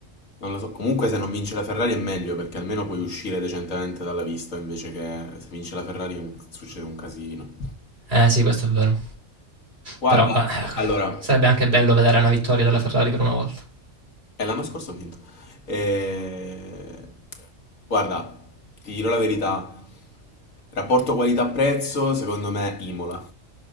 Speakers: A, on the left; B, on the right.
A: non lo so. Comunque, se non vince la Ferrari è meglio perché almeno puoi uscire decentemente dalla vista invece che se vince la Ferrari un- succede un casino.
B: Eh sì, questo è vero.
A: Guarda,
B: Però eh,
A: allora,
B: sarebbe anche bello vedere una vittoria della Ferrari per una volta.
A: è l'anno scorso ho vinto. Eh, Guarda, ti dirò la verità. Rapporto qualità-prezzo, secondo me, Imola.